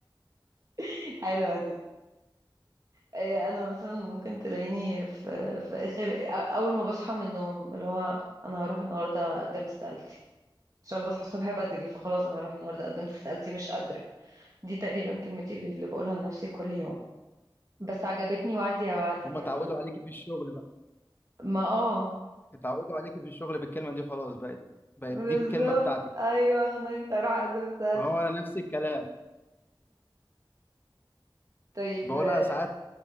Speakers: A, on the right (about 40°); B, on the left (about 25°).
A: <laughs> حلوة دي آه، أنا مثلا ممكن تلاقيني في في آخر أ- أول ما بصحى من النوم اللي هو أنا هروح النهاردة أقدم استقالتي عشان بصحى الصبح بدري فخلاص أنا هروح النهاردة أقدم استقالتي مش قادرة دي تقريبا كلمتي اللي بقولها لنفسي كل يوم بس عجبتني وعدي يا وعدي
B: هما
A: دي
B: اتعودوا
A: أنا
B: عليكي في الشغل بقى
A: ما آه
B: اتعودوا عليكي في الشغل بالكلمة دي خلاص بقت بقت
A: بالظبط
B: دي الكلمة بتاعتك
A: أيوه نمت أروح أقدم استقالتي
B: هو أنا نفس الكلام
A: طيب
B: بقولها
A: آه،
B: ساعات